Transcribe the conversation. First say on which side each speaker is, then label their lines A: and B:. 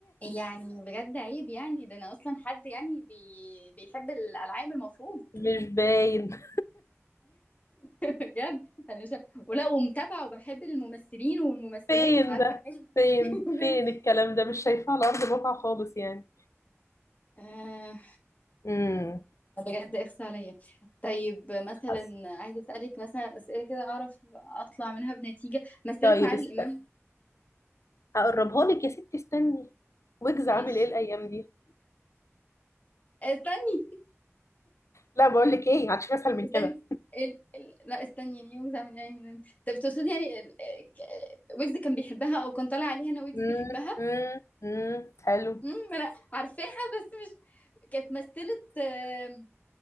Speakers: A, on the left; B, on the left.
A: يعني بجد عيب يعني ده انا اصلا حد يعني بي... بيحب الالعاب المفروض
B: مش باين
A: بجد انا مش ولا ومتابعه وبحب الممثلين والممثلات
B: فين
A: مش عارفه
B: ده
A: حاجه
B: فين
A: <laughs>
B: فين الكلام ده مش شايفاه على ارض الواقع خالص يعني
A: آه،
B: امم
A: بجد اخس عليا طيب مثلا
B: حاسه
A: عايزه اسالك مثلا اسئله كده اعرف اطلع منها بنتيجه مثلت
B: طيب
A: مع عادل
B: استني
A: امام
B: هقربها لك يا ستي استني ويجز
A: ماشي
B: عامل ايه الايام دي
A: استني
B: لا بقول لك ايه هتشوفي اسهل من
A: استني
B: كده
A: ال... ال... لا استني يعني ويجز عامل يعني من انت طب تقصدي يعني ال... ك- ويجز كان بيحبها او كان طالع عليها انا ويجز
B: امم
A: بيحبها
B: امم امم حلو
A: امم لا عارفاها بس مش كانت مثلت آه،